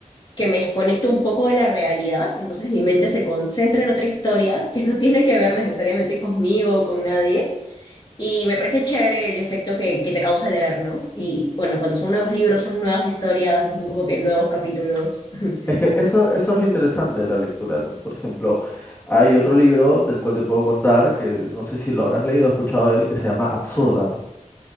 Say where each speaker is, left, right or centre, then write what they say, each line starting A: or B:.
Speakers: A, on the left (about 35°); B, on the left (about 15°).
A: que me desconecto un poco de la realidad, entonces mi mente se concentra en otra historia que no tiene que ver necesariamente conmigo o con nadie y me parece chévere el efecto que, que te causa leer, ¿no? Y bueno, cuando son nuevos libros, son nuevas historias, son como que nuevos capítulos. <laughs>
B: Es que eso, eso es lo interesante de la lectura, ¿no? Por ejemplo, hay otro libro del cual te puedo contar, que no sé si lo habrás leído o escuchado de él, que se llama Absurda,